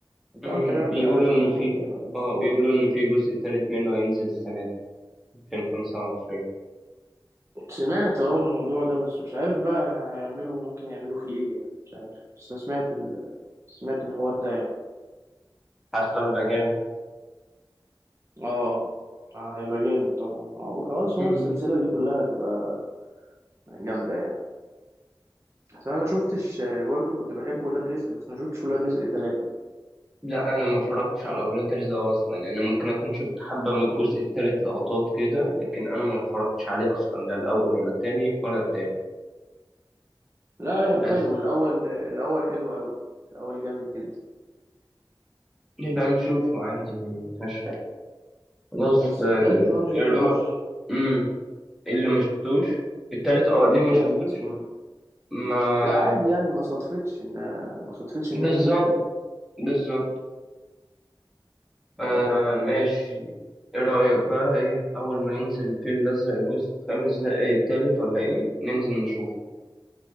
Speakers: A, on the right (about 35°); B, in the centre.
A: وطبعا
B: امم
A: كريم عبد
B: بيقولوا
A: العزيز
B: ان
A: يعني
B: في
A: أسطوري
B: اه بيقولوا ان في جزء تالت منه هينزل السنة دي 2025
A: سمعت أهو الموضوع ده بس مش عارف بقى هيعملوا ممكن يعملوا فيه إيه يعني مش عارف بس أنا سمعت ال... سمعت الحوار ده يعني
B: حاسه هيبقى جامد
A: اه آه، هيبقى جامد طبعا اه خلاص هو
B: امم
A: السلسلة دي كلها هتبقى جامدة يعني بس أنا ما شفتش آه، برضو كنت بحب ولاد رزق بس ما شفتش ولاد رزق ثلاثة
B: لا انا ما اتفرجتش على اولاد رزق اصلا يعني انا ممكن اكون شفت حبة من الجزء التالت لقطات كده لكن انا ما اتفرجتش عليه اصلا لا الاول ولا التاني ولا التالت
A: لا حلو
B: بس
A: الاول الاول حلو قوي الاول جامد جدا
B: نبقى نشوفه عادي يعني مفيهاش حاجة خلاص
A: بس
B: آه،
A: التالت بقى ما شفتوش
B: ايه رأيك امم اللي ما شفتوش التالت اه ليه
A: التالت
B: ما شفتوش
A: مم.
B: ما
A: لا عادي يعني ما صدفتش ان ما صدفتش ان
B: بالظبط
A: انا اشوفه يعني
B: بالظبط
A: بس
B: آه، ماشي ايه رأيك بقى ايه اول ما ينزل الفيل الازرق الجزء الخامس ده ايه التالت ولا ايه ننزل نشوفه